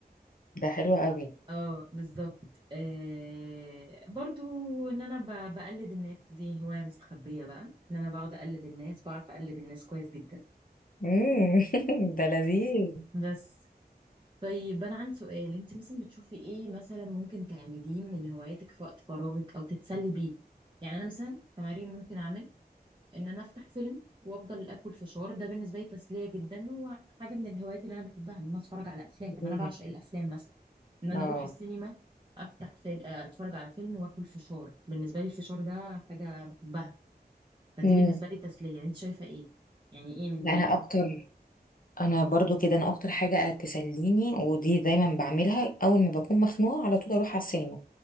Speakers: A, on the left (about 55°); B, on the right (about 30°).
A: ده حلو قوي
B: اه بالظبط آه برضو ان انا ب- بقلد الناس دي هواية مستخبية بقى ان انا بقعد اقلد الناس بعرف اقلد الناس كويس جدا
A: امم <laughs> ده لذيذ
B: بس طيب انا عندي سؤال انت مثلا بتشوفي ايه مثلا ممكن تعمليه من هواياتك في وقت فراغك او تتسلي بيه يعني انا مثلا كمريم ممكن اعمل ان انا افتح فيلم وافضل اكل فشار ده بالنسبه لي تسليه جدا وحاجه من الهوايات اللي انا بحبها ان انا اتفرج على افلام يعني
A: مم.
B: انا بعشق الافلام مثلا ان انا
A: اه
B: اروح السينما افتح فيلم اتفرج على فيلم واكل فشار بالنسبه لي الفشار ده حاجه بحبها فدي
A: امم
B: بالنسبه لي تسليه انت شايفه ايه يعني ايه من
A: لا
B: هواياتك
A: انا اكتر انا برضو كده انا اكتر حاجة تسليني ودي دايما بعملها اول ما بكون مخنوقة على طول اروح على السينما